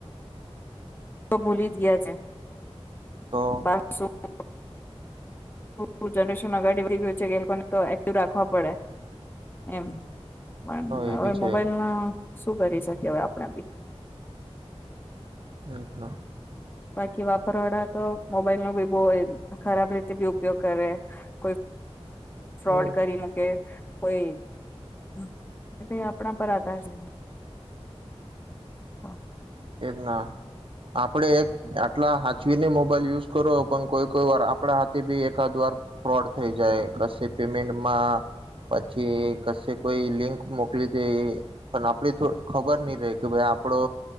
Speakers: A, on the left (about 20°); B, on the right (about 55°).
A: લોકો ભૂલી જ ગ્યા છે.
B: તો
A: મોબાઈલ બો જનરેશન અગાડી વધી ગયું છે કે એ લોકોને તો એક્ટિવ રાખવા પડે. એમ, પણ
B: એ
A: હવે
B: બી છે
A: મોબાઈલ ન શું કરી સકીએ અવે આપડે બી?
B: હમ્મ.
A: બાકી વાપરવાવાળા તો મોબાઈલ નો બી બો ખરાબ રીતે બી ઉપયોગ કરે. કોઈ ફ્રોડ
B: હમ
A: કરી મ કે કોય, અમ, કેમ કે આપ <unintelligible> હા.
B: કે ના, આપ આપડે આટલા હાચ વીને મોબાઈલ યુઝ કરો પણ કોઈ કોઈ વાર આપણા હાથે બી એકાદ વાર ફ્રોડ થઈ જાય કશે પેમેન્ટમાં પછી કશે કોઈ લિંક મોકલી દે પણ આપડ ખબર નહી રહે કે ભાઈ આપડો.